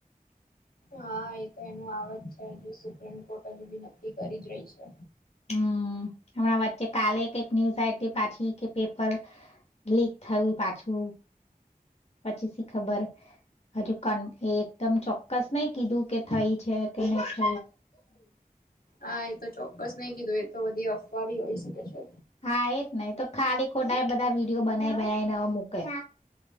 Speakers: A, on the left; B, on the left.
A: હા એ તો એનું આવજ છે હજુ સુપ્રીમ કોર્ટ હજુ બી નક્કી કરી જ રહી છે.
B: હમ હમણાં વચ્ચે કાલે કઈક ન્યુઝ આ હતી પાછી કે પેપર લીક થયું પાછું પછી ખબર હજુ એ એકદમ ચોક્કસ નઈ કીધું કે થઈ છે કે નહી થ
A: હા એ તો ચોક્કસ નહી કીધું એ તો બધી અફવા બી હોઈ શકે છે.
B: હા એજ ને તો ખાલી ખોટા એ બધા વિડીયો બનાવી બનાવી ન મૂકે